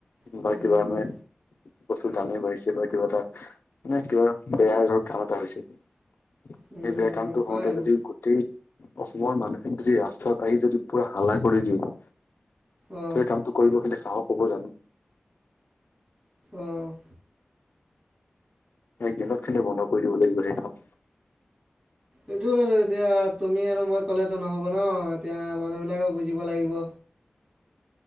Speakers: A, on the right; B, on the left.
A: উম,
B: বা কিবা মানে বস্তুৰ দামেই বাঢ়িছে বা কিবা এটা নে কিবা বেয়া ধৰ কাম এটা হৈছে এই
A: উম,
B: বেয়া কামটো
A: এনেকুৱাই
B: হওঁতে
A: আৰু
B: যদি গোটেই অসমৰ মানুহখিনি যদি ৰাস্তাত আহি যদি পুৰা হাল্লা কৰি দিয়ে
A: অ',
B: তই কামটো কৰিব কিন্তু হাঁহক হ'ব জানো?
A: অ'।
B: এক দিনত কিন্তু বন্ধ কৰি দিব লাগিব সেই কাম।
A: এইটো আৰু এতিয়া তুমি আৰু মই ক'লেতো নহব ন' এতিয়া মানুহ বিলাকে বুজিব লাগিব।